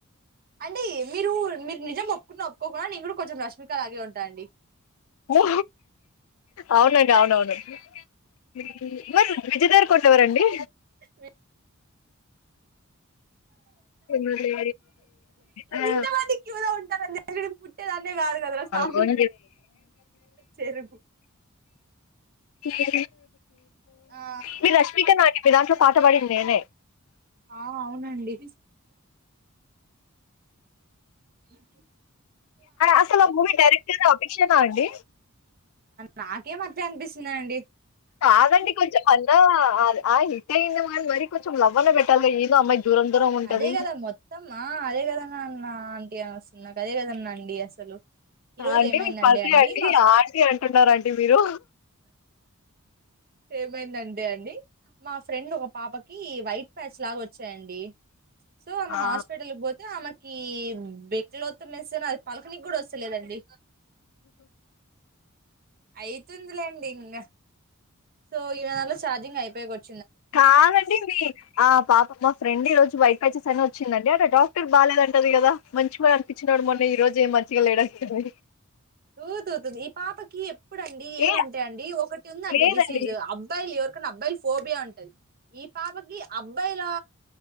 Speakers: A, on the right (about 45°); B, on the left (about 70°).
A: అండి మీరు నీ మీరు నిజం ఒప్పుకున్న ఒప్పుకోకున్న. నేను కూడా కొంచెం రష్మికలాగే ఉంటా అండి.
B: ఓ అవునండి. అవునవును మీకీ <unintelligible> విజయ్ దేవరకోన్ కొండేవరండి.
A: అ
B: అడి అ
A: ఇంతమంది క్యూలో ఉంటారని తెలిసి నేను పుట్టేదాన్నే కాదు కదరా స్వామి
B: కొజ <unintelligible>
A: చెరుకు
B: ఎ
A: ఆ
B: మీ రష్మిక నాటిపిద పాటబడిందేనే
A: ఆ అవునండి ే <inaudible>
B: అసలు ఆ మూవీ డైరెక్టర్ అపేక్షనా అండి
A: నాకే మధ్య అనిపిస్తుంది అండి
B: కాదండి కొంచెం అన్న ఆ హిట్ అయ్యిందేమో మ మరి కొంచ లవ్వనే పెట్టాగా ఏను అమ్మాయి దూరం దూరం ఉంటది
A: అదే కదా మొత్తమ్మా అదే కద నన్న లాంటి ఏ వస్తున్నా అదే కదనండి అసలు ఈ రోజు
B: ఆంటీ
A: ఏమైందండి
B: మీకు మరిది అండి
A: మా
B: ఆంటీ అంటున్నారండి మీరు
A: ఏమైందండి అని మా ఫ్రెండ్ ఒక పాపకి వైట్ ప్యాచ్ లాగా వచ్చాయండి సో అమె
B: ఆ
A: హాస్పిిటల్ పోతే ఆమె ఈ బెడ్లో వద్దు వేస్తే అది పడుకోనికి కూడా వస్తేలేదండి అయితుందిలేండి, ఇంకా సో ఇవ్వాళ ఛార్జింగ్ అయిపోయ కొచ్చ
B: కాదండి, మీ ఆ పాప మా ఫ్రెండ్ ఈ రోజు బైట వచ్చేస్ అనే వచ్చిందండి డాక్టర్ బాలేదంటా వుంటది కదా, మంచి మా ఇచ్చినో డు మొన్న, ఈ రోజు ఏం మంచిగా లేడాంది
A: దు, దు దు ఈ విపాపకి ఇప్పుడుడండి ఏమంటా
B: ఏ
A: అండి ఒకటి ఉందండి
B: లేదండి
A: మెసేజ్ అబ్ాయిలు ఎవరికైన్నా అబ్బాయిలు ఫోబియా అండి ఈ పాపకి అబ్బాయిలా